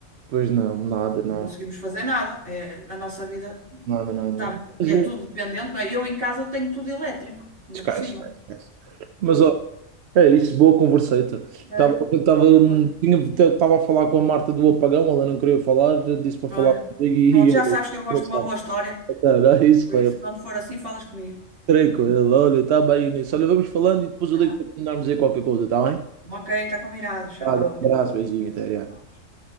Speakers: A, on the right; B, on the right.
A: Pois não, nada, nada,
B: Não conseguimos fazer nada. É, a nossa vida
A: nada, nada.
B: tá-
A: Mas
B: é
A: é,
B: tudo dependente, não é? Eu em casa tenho tudo elétrico, ainda
A: esquece,
B: por cima.
A: esquece. esquece. Mas
B: Tudo.
A: olha, É isso, boa converseta. Estava
B: É,
A: estava
B: olha,
A: tinha- estava a falar com a Marta do apagão, ela não queria falar, disse para falar
B: olha.
A: comigo e
B: Pronto, já
A: olha,
B: sabes que eu gosto
A: engraçado.
B: de uma boa história.
A: Então, é isso,
B: Por
A: pai.
B: isso,
A: Eu
B: quando for assim, falas comigo.
A: treino com ele, olha, está bem, Inês. Olha, vamos falando e depois
B: Tá?
A: eu digo para terminarmos aí qualquer coisa, está bem?
B: Ok, está combinado. Tchau,
A: Tá, um
B: então.
A: abraço, beijinho, até já.
B: Tchau.